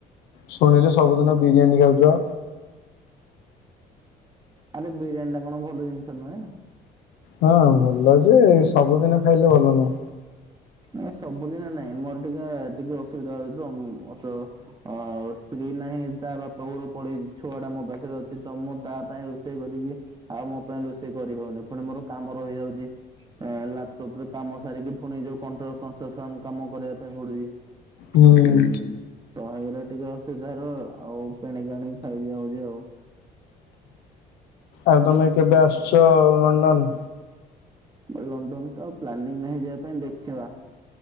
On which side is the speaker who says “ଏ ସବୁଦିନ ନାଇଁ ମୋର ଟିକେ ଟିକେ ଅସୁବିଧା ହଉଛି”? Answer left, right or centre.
Right